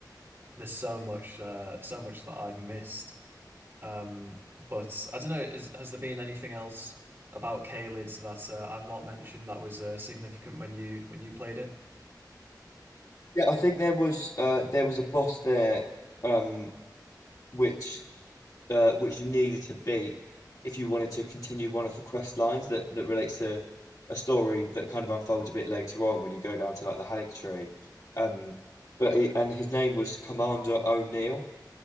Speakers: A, on the right (about 30°); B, on the left (about 50°).
A: there's so much uh, so much that I've missed um but I don't know is, has there been anything else about Caelid that uh, I've not mentioned that was uh, significant when you when you played it?
B: yeah I think there was uh there was a boss there um which uh, which you needed to beat if you wanted to continue one of the quest lines that, that relates to a story that kind of unfolds a bit later on when you go down to like the Halleck tree. Um, but he, and his name was Commander O'Neill.